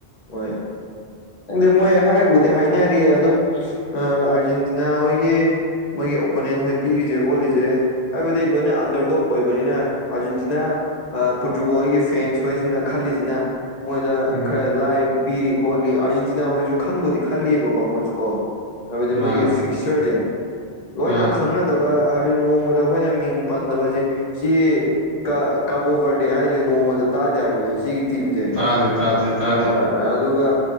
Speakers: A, on the left (about 50°); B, on the right (about 60°).
A: ꯃꯣꯏ ꯈꯪꯗꯦ ꯃꯣꯏ ꯍꯥꯏꯕꯨꯗꯤ ꯍꯥꯏꯅꯔꯤꯌꯦ ꯑꯗꯨꯝ ꯑꯥꯔꯖꯦꯟꯇꯤꯅꯥ ꯍꯣꯏꯒꯤ ꯃꯣꯏꯒꯤ ꯑꯣꯄꯣꯅꯦꯟ ꯍꯣꯏ ꯄꯤꯔꯤꯁꯦ ꯈꯣꯠꯂꯤꯁꯦ ꯍꯥꯏꯕꯗꯤ ꯂꯣꯏꯅ ꯑꯟꯗꯔꯗꯣꯛ ꯑꯣꯏꯕꯅꯤꯅ ꯑꯥꯔꯖꯦꯟꯇꯤꯅꯥ ꯑꯥ ꯄꯣꯔꯇꯨꯒꯣꯜꯒꯤ ꯐꯦꯟꯁ ꯍꯣꯏꯁꯤꯅ ꯈꯜꯂꯤꯁꯤꯅ ꯃꯣꯏꯗ
B: ꯎꯝ
A: ꯈꯔ ꯂꯥꯏꯕ ꯄꯤꯔꯤ ꯈꯣꯠꯂꯤ ꯑꯥꯔꯖꯦꯟꯇꯤꯅꯥ ꯍꯣꯏꯁꯨ ꯈꯪꯕꯨꯗꯤ ꯈꯜꯂꯤꯕꯀꯣ ꯃꯣꯏꯁꯨ ꯀꯣ ꯍꯥꯏꯕꯗꯤ
B: ꯑꯥ
A: ꯃꯣꯏꯒꯤ ꯐꯤꯛꯆꯔꯁꯦ ꯂꯣꯏꯅ
B: ꯑꯥ
A: ꯈꯪꯅ- ꯗꯕ ꯍꯥꯏꯕꯗꯤ ꯅꯣꯡꯃꯗ ꯑꯩꯈꯣꯏꯅ ꯃꯤꯡ ꯄꯟꯗꯕꯁꯦ ꯁꯤ ꯀꯥ ꯀꯕꯣꯕꯔꯗꯦ ꯍꯥꯏꯁꯦ ꯅꯣꯡꯃꯗ ꯇꯥꯗꯦ ꯍꯥꯏꯕꯅꯦ ꯁꯤꯒꯤ ꯇꯤꯝꯁꯦ
B: ꯇꯥꯗꯦ ꯇꯥꯗꯦ ꯇꯥꯗꯦ
A: ꯑꯥ ꯑꯗꯨꯒ